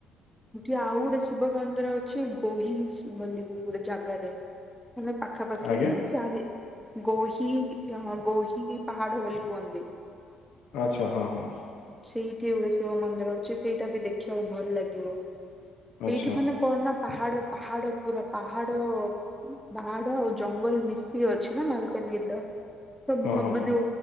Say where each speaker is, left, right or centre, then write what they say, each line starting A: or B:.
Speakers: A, in the centre; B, on the left.
A: ସେଠି ଆଉ ଗୋଟେ ଶିବ ମନ୍ଦିର ଅଛି ଗୋହି ବୋଲି ଗୋଟେ ଜାଗାରେ। ମାନେ ପାଖାପାଖି
B: ଆଜ୍ଞା
A: ହି ଚାରି ଗୋହିି ଆ ଗୋହିିରି ପାହାଡ଼ ବୋଲି କୁହନ୍ତି।
B: ଆଚ୍ଛା ହଁ ହଁ।
A: ସେଇଠି ଗୋଟେ ଶିବ ମନ୍ଦିର ଅଛି, ସେଇଟା ବି ଦେଖିବାକୁ ଭଲ ଲାଗିବ।
B: ଆଚ୍ଛା
A: ଏଇଠି ମାନେ କଣ ନା ପାହାଡ ପାହାଡ ପୁରା ପାହାଡ ପାହାଡ଼ ଆଉ ଜଙ୍ଗଲ ମିଶିକି ଅଛି ନା ମାଲକାନଗିରି ଟା। ମାନେ
B: ହଁ ହଁ ହଁ